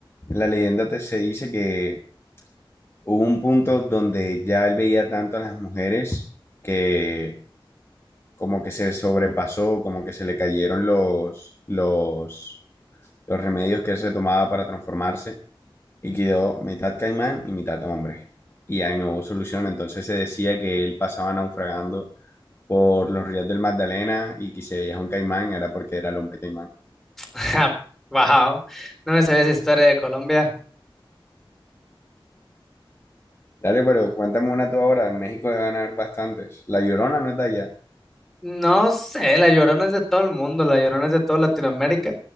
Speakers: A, on the left; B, in the centre.
A: en la leyenda te, se dice que hubo un punto donde ya él veía tanto a las mujeres que como que se sobrepasó, como que se le cayeron los, los, los remedios que él se tomaba para transformarse y quedó mitad caimán y mitad hombre. Y ahí no hubo solución, entonces se decía que él pasaba naufragando por los ríos del Magdalena y que si veía un caimán era porque era el hombre caimán.
B: <laughs> Wow, no me sabía esa historia de Colombia.
A: Dale, pero cuéntame una tú ahora. México debe ganar bastantes. La Llorona no es de allá.
B: No sé, la Llorona es de todo el mundo, la Llorona es de toda Latinoamérica,